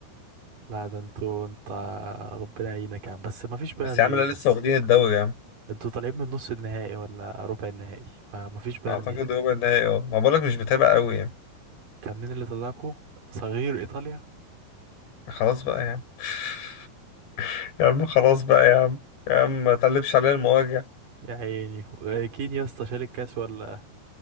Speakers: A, on the right; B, on the left.
A: لا ده انتوا انت ربنا يعينك يا عم بس ما فيش بايرن
B: بس يا عم
A: ايه
B: لا لسه
A: يس
B: واخدين الدوري يا عم
A: انتوا طالعين من نص النهائي ولا ربع النهائي فمفيش بيرني
B: اعتقد ربع النهائي اه ما بقولك مش بتابع قوي يعني
A: كان مين اللي طلعكوا صغير ايطاليا
B: خلاص بقى يا عم <laughs> يا عم خلاص بقى يا عم يا عم ما تقلبش علينا المواجع
A: يا عيني كين يا اسطى شال الكاس ولا